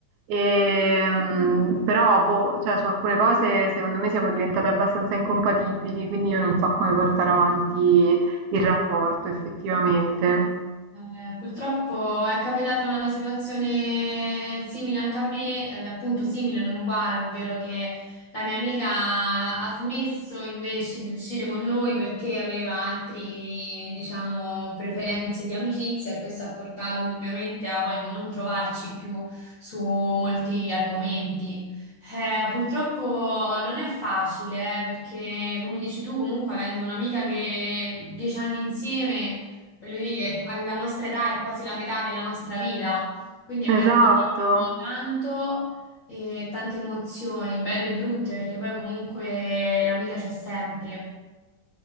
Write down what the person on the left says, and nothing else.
Eh, purtroppo è capitata una situazione eh, simile anche a me, ed appunto simile, non uguale, ovvero che la mia amica ha smesso invece di uscire con noi perché aveva altri, diciamo, preferenze di amicizia e questo ha portato indubbiamente a poi non trovarci più su molti argomenti. Eh, purtroppo non è facile, eh, perché come dici tu, comunque avendo un'amica che dieci anni insieme voglio dire, alla nostra età è quasi la metà della nostra vita, quindi abbiamo
condiviso tanto e tante emozioni, belle e brutte, perché poi comunque l'amica c'è sempre.